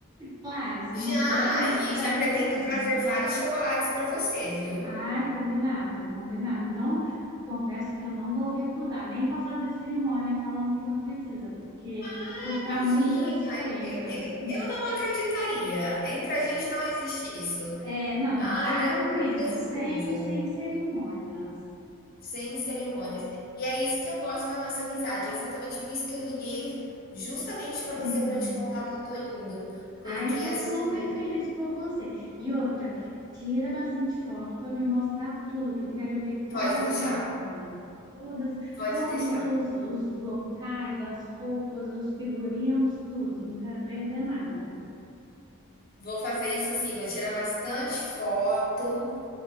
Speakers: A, on the right (about 20°); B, on the left (about 45°).
A: Claro, se
B: Já,
A: não for te
B: e
A: trazer
B: já pretendo
A: problema.
B: trazer vários chocolates para você, viu?
A: Ai, combinado, combinado. Não, confesso que eu não vou recusar, nem vou fazer cerimônia falando que não precisa, porque
B: Ah,
A: vou ficar
B: imagina.
A: muito satisfeita.
B: e- e- Eu não acreditaria. Entre a gente não existe isso.
A: É, não,
B: Ah,
A: para
B: eu
A: com
B: não
A: isso,
B: preciso.
A: sem, sem cerimônias.
B: Sem cerimônias. E é isso que eu gosto da nossa amizade. É exatamente por isso que eu liguei justamente para você
A: É,
B: para te contar que eu tô indo, porque
A: Ah, eu tô
B: assim,
A: super feliz por você. E outra, tira bastante foto para me mostrar tudo, que eu quero ver cada
B: pode deixar,
A: detalhe. Todas,
B: pode
A: todos
B: deixar.
A: os, os locais, as roupas, os figurinos, tudo. Não quero perder nada.
B: Vou fazer isso sim, vou tirar bastante foto,